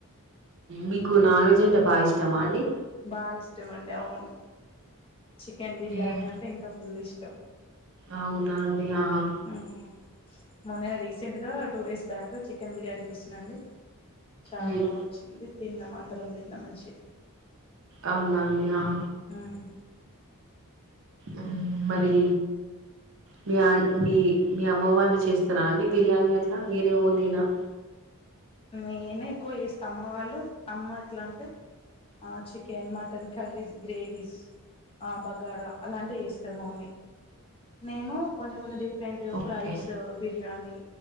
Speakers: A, on the right; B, on the left.
A: మీకు నాన్ వెజ్ అంటే బా ఇష్టమా అండి?
B: బాగా ఇష్టం అండి అవును, చికెన్ బిర్యానీ
A: ఏం
B: అంటే ఇంకా ఫుల్ ఇష్టం.
A: అవునా అండి, ఆహా
B: ఉమ్ మొన్ననే రీసెంట్గా two days back chicken biryani చేసిన అండి చాలా
A: ఉమ్,
B: బా వోచ్చింది, తిన్నాం అందరం తిన్నాం మంచిగ
A: అవునా అండి ఆహ
B: ఉమ్
A: ఉమ్ మరి మీ అన్ మీ మీ అమ్మ వాళ్ళు చేస్తరా అండి బిర్యానీ అట్లా, మీరే ఓన్లీ ఆ
B: నేనే ఎక్కువ చేస్త, అమ్మ వాళ్ళు అమ్మ ఎట్ల అంటే అ చికెన్, మటన్, కర్రీస్, గ్రేవీస్ ఆ బగారా అలాంటియి చేస్తది మమ్మీ, నేను కొంచెం కొంచం డిఫ్ ఫ్రెరెంట్గా
A: ఓకే
B: ఫ్రైస్, బిర్యానీ,